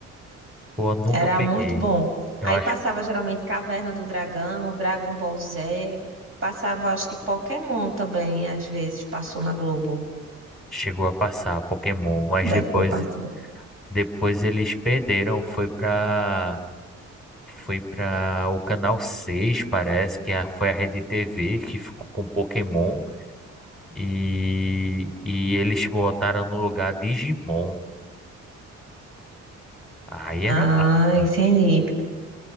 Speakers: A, in the centre; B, on the right.
A: Pô, eu nunca
B: Era
A: peguei.
B: muito bom.
A: Eu
B: Aí
A: acho
B: passava geralmente Caverna do Dragão, Dragon Ball Z. Passava, acho que Pokémon também, às vezes, passou na Globo.
A: Chegou a passar Pokémon, mas
B: Deve
A: depois
B: ter passado.
A: depois eles perderam, foi para foi para o canal seis parece que é a- foi a Rede TV que ficou com Pokémon e e eles botaram no lugar Digimon. Aí
B: Ah,
A: era massa.
B: entendi.